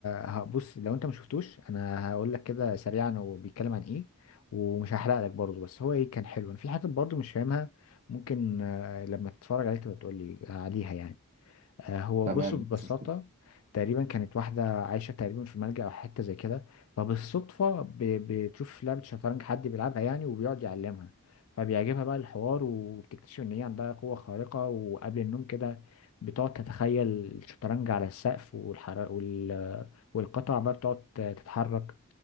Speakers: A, on the left (about 75°); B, on the right (about 35°).
A: ه- بص لو انت ما شفتوش انا هقول لك كده سريعا هو بيتكلم عن ايه ومش هحرق لك برضه بس هو ايه كان حلو انا في حاجات برضه مش فاهمها ممكن آه، لما تتفرج عليه تبقى تقول لي عليها يعني آه، هو
B: تمام
A: بص ببساطة
B: مفيش مشكله
A: تقريبا كانت واحدة عايشة تقريبا في ملجأ أو حتة زي كده فبالصدفة ب- بتشوف في لعبة شطرنج حد بيلعبها يعني وبيقعد يعلمها فبيعجبها بقى الحوار وبتكتشف إن هي عندها قوة خارقة وقبل النوم كده بتقعد تتخيل الشطرنج على السقف والحر... وال... والقطع بقى بتقعد تتحرك